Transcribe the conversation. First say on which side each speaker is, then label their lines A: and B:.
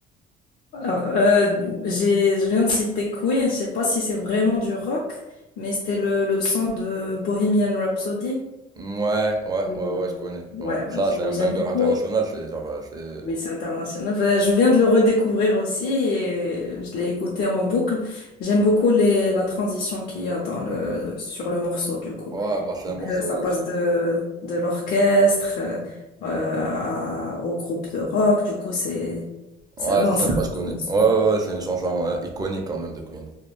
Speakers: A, on the left (about 65°); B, on the right (about 20°).
A: Alors, euh, j'ai je viens de citer Queen, je sais pas si c'est vraiment du rock, mais c'était le le son de Bohemian Rhapsody.
B: Ouais, ouais,
A: Je-
B: ouais, ouais, je connais.
A: Ouais,
B: Ouais.
A: ouais,
B: Ça,
A: je-
B: c'est un
A: j'aime
B: banger
A: beaucoup.
B: international, c'est genre, euh, c'est...
A: Oui, c'est international. Enfin, je viens de le redécouvrir aussi et je l'ai écouté en boucle. J'aime beaucoup les, la transition qu'il y a dans le, sur le morceau, du coup.
B: Ouais, bah, c'est
A: Donc,
B: un morceau...
A: euh, ça passe de, de l'orchestre, euh, euh, à- au groupe de rock. Du coup, c'est, c'est,
B: Ouais,
A: non,
B: c'est sympa,
A: c'est intéressant.
B: je connais. Ouais, ouais, ouais, c'est une chanson euh, iconique quand même de Queen.